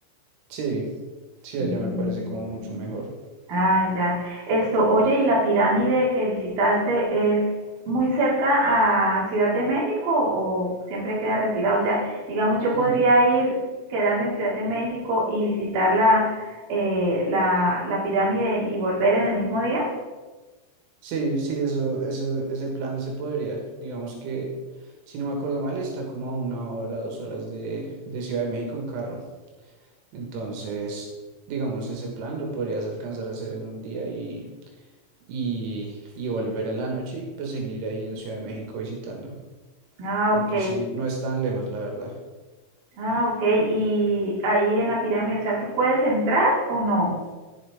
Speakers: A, on the right (about 85°); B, on the right (about 55°).
A: Sí, sí,
B: Mm.
A: allá me parece como mucho mejor.
B: Ah, ya. Esto, oye, ¿y la pirámide que visitaste es muy cerca a Ciudad de México o siempre queda retirado? O sea, digamos, yo
A: Mm.
B: podría ir, quedarme en Ciudad de México y visitar la, eh, la, la pirámide y volver en el mismo día.
A: Sí, sí, eso, eso, ese plan se podría. Digamos que, si no me acuerdo mal, está como a una hora, dos horas de, de Ciudad de México en carro. Entonces, digamos, ese plan lo podrías alcanzar a hacer en un día y, y, y volver en la noche y pues seguir ahí en Ciudad de México visitando.
B: Ah,
A: Porque
B: ok.
A: sí, no es tan lejos, la verdad.
B: Ah, ok. Y ahí en la pirámide, o sea, ¿tú puedes entrar o no?